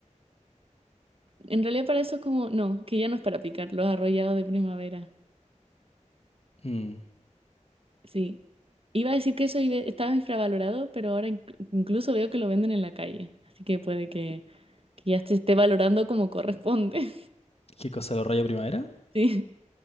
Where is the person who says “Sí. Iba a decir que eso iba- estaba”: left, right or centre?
Right